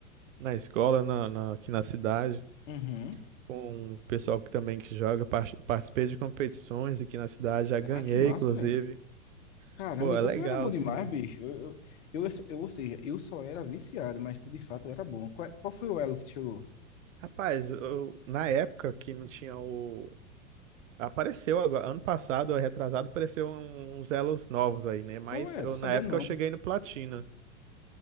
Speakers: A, on the right (about 65°); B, on the left (about 55°).
A: na escola, na, na- aqui na cidade.
B: Uhum.
A: com o pessoal que também que joga, par- participei de competições aqui na cidade, já ganhei,
B: Ah, que massa,
A: inclusive.
B: velho. Caramba,
A: Pô, é
B: então
A: legal,
B: tu era bom
A: assim.
B: demais, bicho. Eu, eu, eu, eu- ou seja, eu só era viciado, mas tu de fato era bom. Qual, qual foi o elo que te chegou?
A: Rapaz, eu- na época que não tinha o. Apareceu agora, ano passado, retrasado, apareceu um- uns elos novos aí, né? Mas
B: Qual é?
A: eu,
B: Tô sabendo,
A: na época
B: não.
A: eu cheguei no platina.